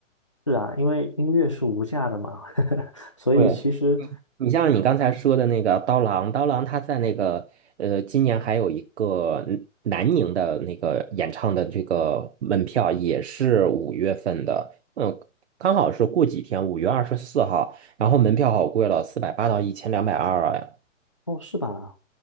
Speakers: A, on the left; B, on the right.
A: 是啊，因为音乐是无价的嘛，<laughs> 所以其实。
B: 对，你像你刚才说的那个刀郎，刀郎他在那个呃，今年还有一个嗯南宁的那个演唱的这个门票也是五月份的，嗯，刚好是过几天，五月二十四号，然后门票好贵了，四百八到一千两百二，哎，
A: 哦，是吧？